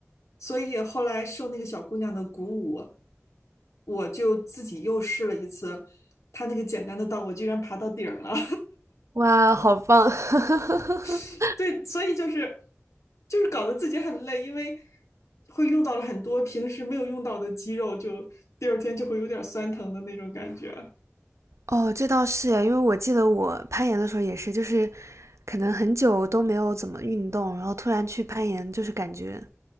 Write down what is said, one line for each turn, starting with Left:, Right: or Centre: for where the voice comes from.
Left: 所以后来受那个小姑娘的鼓舞，我就自己又试了一次，她那个简单的道，我居然爬到顶了
Right: 哇，好棒！<laughs>
Left: <laughs>。对，所以就是就是搞得自己很累，因为会用到了很多平时没有用到的肌肉，就第二天就会有点酸疼的那种感觉。
Right: 哦，这倒是诶，因为我记得我攀岩的时候也是，就是可能很久都没有怎么运动，然后突然去攀岩，就是感觉